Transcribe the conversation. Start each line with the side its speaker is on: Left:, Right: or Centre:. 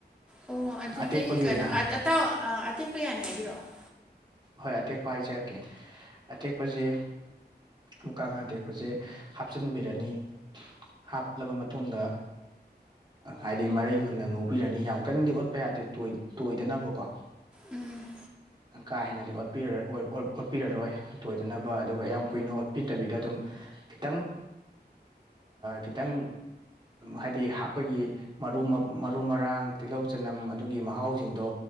Centre: ꯑꯣ ꯑꯗꯨꯗꯤ
Right: ꯑꯇꯦꯛꯄꯒꯤ
Centre: ꯀꯩꯅꯣ
Right: ꯑꯣꯏꯅ
Centre: ꯑꯇꯥꯎ ꯑꯇꯦꯛꯄ ꯌꯥꯅꯤ ꯍꯥꯏꯕꯤꯔꯛꯑꯣ
Right: ꯍꯣꯏ ꯑꯇꯦꯛꯄ ꯍꯥꯏꯖꯔꯛꯀꯦ ꯑꯇꯦꯛꯄꯁꯦ ꯃꯨꯀꯥ ꯉꯥ ꯇꯦꯛꯄꯁꯦ ꯍꯥꯞꯆꯤꯟꯕꯤꯔꯅꯤ ꯍꯥꯞꯂꯕ ꯃꯇꯨꯡꯗ ꯍꯥꯏꯗꯤ ꯃꯔꯩ ꯃꯨꯟꯅ ꯉꯧꯕꯤꯔꯅꯤ ꯌꯥꯝ ꯀꯟꯅꯗꯤ ꯑꯣꯠꯄ ꯌꯥ ꯗꯦ ꯇꯣꯏ ꯇꯣꯏꯗꯅꯕꯀꯣ
Centre: ꯎꯝ
Right: ꯀꯥ ꯍꯦꯟꯅꯗꯤ ꯑꯣꯠꯄꯤꯔ ꯑꯣꯠ ꯑꯣꯠ ꯑꯣꯠꯄꯤꯔꯔꯣꯏ ꯇꯣꯏꯗꯅꯕ ꯑꯗꯨꯒ ꯌꯥꯝ ꯀꯨꯏꯅ ꯑꯣꯠꯄꯤꯗꯕꯤꯗ ꯑꯗꯨꯝ ꯈꯤꯇꯪ ꯈꯤꯇꯪ ꯍꯥꯏꯗꯤ ꯑꯩꯈꯣꯏꯒꯤ ꯃꯔꯨ ꯃꯔꯨ ꯃꯔꯥꯡ ꯇꯤꯜꯍꯧ ꯆꯅꯝ ꯑꯗꯨꯒꯤ ꯃꯍꯥꯎꯁꯤꯡꯗꯣ